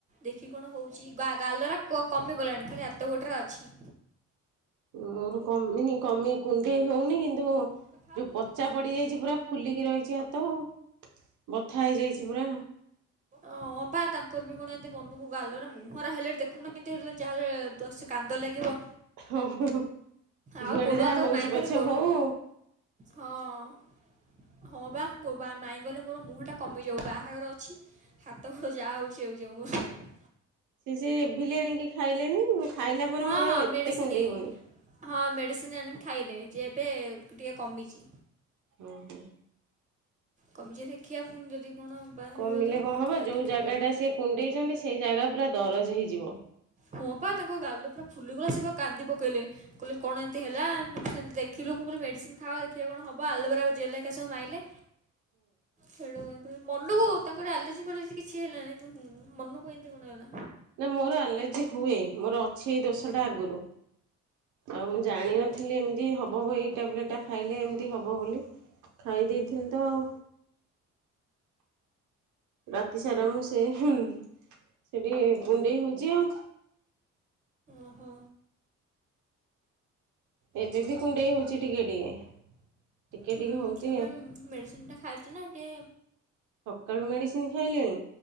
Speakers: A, on the right; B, on the right.
A: ଦେଖି କଣ ହଉଚି। ଗା ଗାଲରା କ କମି ଗଲାଣି ଖାଲି ହାତ ଗୋଡ ର ଅଛି।
B: ମୋର କମିନି କମି କୁଣ୍ଡେଇ ହଉନି କିନ୍ତୁ
A: ତମେ ଖାଅ
B: ଯୋଉ
A: ମୁଁ ଗୋଟେ
B: ପଚା
A: ପିସ୍
B: ପଡି
A: ଖାଇବି
B: ଯାଇଚି
A: ଏଠୁ।
B: ପୁରା ଫୁଲିକି ରହିଚି ହାତ ଆଉ। ବଥା ହେଇଯାଇଚି ପୁରା।
A: ଓ। ହପା ତାଙ୍କର ବି କଣ ଏମିତି ମନକୁ ଗାଲ ମୁହଁରା ହେଲେ ଦେଖୁନା କେମତି ଯାହେଲେ ଯଦିସି କାନ୍ଦ ଲାଗିବ।
B: ହୋ ହୋ
A: ଆଉ
B: ଯୁଆଡେ
A: ଗୋଡ଼
B: ଯାହା
A: ହାତ
B: ହଉଛି
A: ମାଇଁ କହିଲେ
B: ପଛେ
A: ଗୋଡ଼
B: ହୋଉ।
A: ହଁ ହଁ ବା ଗୋବା ମାଇଁ ଗଲେ ମୋର ମୁହଁ ଟା କମି ବି ଯୋଉ ବାହାଘର ଅଛି ହାତ ଘୋଡ଼ ଯାହା ହୋଉଚି ଆଉ ଯାଉ ମୋ
B: ସେ ଯେ ଏଭିଲି ଆଣିକି ଖାଇଲେନି। ଖାଇଲା ପରେ
A: ହଁ
B: ମୋର
A: ହଁ
B: ଆଉ ଏତେ
A: ମେଡିସିନ
B: କୁଣ୍ଡେଇ ହଉନି
A: ହଁ ମେଡିସିନ ଆଣି ଖାଇଲେ ଯେ ଏବେ ଟିକେ କମିଚି।
B: ଓହୋ।
A: କମିଚିତ ଦେଖିଆ ପୁଣି ଯଦି କଣ ବାହାରିବ
B: କମିଲେ
A: ଯଦି ପୁଣି
B: କଣ ହବ
A: ଖା
B: ଯୋଉ
A: ଦେଖିବା।
B: ଜାଗା ଟା ସେ କୁଣ୍ଡେଇଚନ୍ତି ସେଇ ଜାଗା ପୁରା ଦରଜ ହେଇଯିବ।
A: ହଁ ପା ତାଙ୍କ ଗାଲ ପୁର ଫୁଲି ଗଲା ସେ ପା କାନ୍ଦି ପକେଇଲେ କହିଲେ କଣ ଏମିତି ହେଲା ସେମିତି ଦେଖିଲୁ ମୁ କହିଲି ମେଡ଼ିସିନ ଖାଅ। ଦେଖିଆ କଣ ହବ ଆଲବେରା ଜେଲ୍ ହେରିକା ସବୁ ମାଇଲେ ହେଟୁ ମନକୁ ତାଙ୍କର ଆଲାର୍ଜି ଫାଲାର୍ଜି କିଛି ହେଲାନି ମନୁ କୁ ଏନ୍ତି କଣ ହେଲା।
B: ନା ମୋର ଆଲର୍ଜି ହୁଏ ମୋର ଅଛି ଏଇ ଦୋଶଟା ଆଗରୁ। ଆଉ ମୁଁ ଜାଣିନଥିଲି
A: ହଁ,
B: ଏମିତି ହବ। ଏଇ ଟାବ୍‌ଲେଟ ଟା ଖାଇଲେ ଏମିତି ହବ ବୋଲି। ଖାଇ ଦେଇଥିଲି ତ ଆଉ। ରାତି ସାରା ମୁଁ ସେ ହୁଁ ହୁଁ। ସେଠି କୁଣ୍ଡେଇ ହଉଛି ଆଉ।
A: ଓହୋ।
B: ଏବେ ବି କୁଣ୍ଡେଇ ହଉଛି ଟିକେ ଟିକେ। ଟିକେ
A: ହୁଁ
B: ଟିକେ ହଉଛି
A: ଏବେ ମେଡିସିନ ଟା ଖାଇଛୁ ନା ଟିକେ
B: ସକାଳୁ ମେଡ଼ିସିନ ଖାଇଲିଣି,